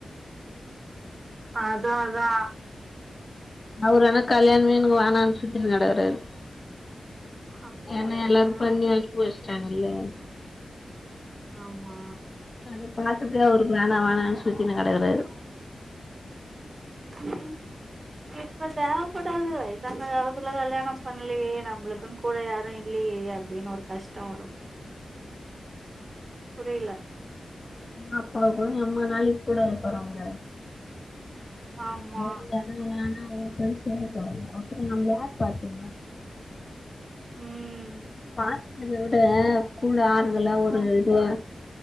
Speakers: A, on the right (about 30°); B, on the left (about 30°).
A: அத்தா அத்தா
B: அவரு ஆனா கல்யாணமே எனக்கு வேணானு சுத்திட்டு கிடக்கறாரு
A: அப்படியா
B: ஏன்னா எல்லாரும்
A: யா
B: பண்ணி அனுபவிச்சிட்டாங்கல்ல
A: ஆமா
B: அத பாத்துட்டு அவரு வேணா வேணானு சுத்தினு கிடக்கறாரு
A: <unintelligible> இப்ப இப்ப தேவப்படாது வயசான காலத்துல கல்யாணம் பண்லயே நம்மளுக்குன்னு கூட யாரும் இல்லயே அப்டின்னு ஒரு கஷ்டோ வரும் புரில
B: அப்ப அவ கூட ரொம்ப நாளைக்கு கூட இருப்பாராங்க
A: ஆமா
B: <unintelligible>
A: ம்
B: பாக்கறத விட கூட ஆறுதலா ஒரு
A: ம்
B: இதுவா இருக்